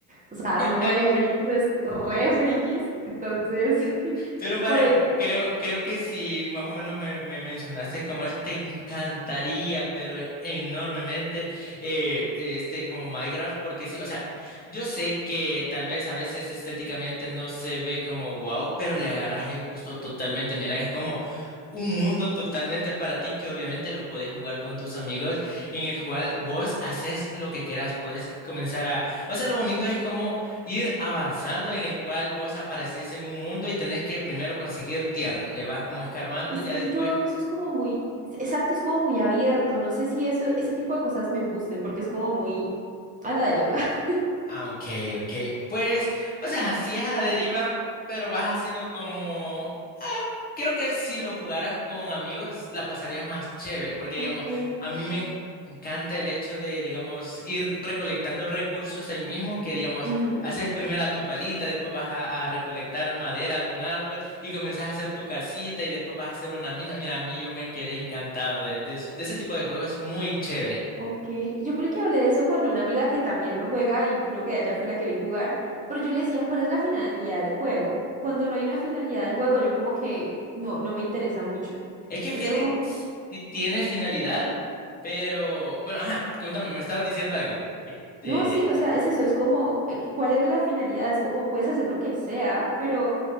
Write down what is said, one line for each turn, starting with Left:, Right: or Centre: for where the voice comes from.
Right: O sea,
Left: <laughs>
Right: re frikis es re frikis. Entonces, <laughs>
Left: Pero vaya,
Right: por ello
Left: creo, creo que si más o menos me, me mencionaste cómo es, te encantaría, pero e-, enormemente, eh, este, como Minecraft, porque sí, o sea, yo sé que tal vez a veces estéticamente no se ve como wow, pero le agarras el gusto totalmente. Mira, es como un mundo totalmente para ti que obviamente lo podés jugar con tus amigos, en el cual vos haces lo que quieras, puedes comenzar a... O sea, lo bonito es como ir avanzando en el cual vos apareces en un mundo y tenés que primero conseguir tierra, le vas como escarbando,
Right: Es
Left: ya
Right: que
Left: después...
Right: yo veo que eso es como muy, exacto, es como muy abierto. No sé si eso, ese tipo de cosas me gusten, porque es como muy a la deriva. <laughs>
Left: Ah, ok, ok. Pues, o sea, así es a la deriva, pero vas haciendo como Creo que si lo jugaras con amigos, la pasarías más chévere, porque digamos,
Right: Ok,
Left: a mí me enc- encanta el hecho de, digamos, ir recolectando recursos ahí mismo, que digamos,
Right: Ujú,
Left: haces primero a tu palita, después vas a, a recolectar madera de un árbol y comenzás a hacer tu casita y después vas a hacer una mina. Mira, a mí yo me quedé encantado de, de eso, de ese tipo de juegos, es muy chévere.
Right: ok. Yo creo que hablé de eso con una amiga que también lo juega y creo que ella fue la que vi jugar, pero yo le decía, ¿cuál es la finalidad del juego? Cuando no hay una finalidad del juego, yo como que no, no me interesa mucho.
Left: Es que fíjate,
Right: Es como
Left: que sí tiene finalidad, pero, bueno, ajá, contame, me estabas diciendo algo. eh, De...
Right: No, sí, o sea, es eso, es como, eh, ¿cuál era la finalidad? Es como, puedes hacer lo que sea, pero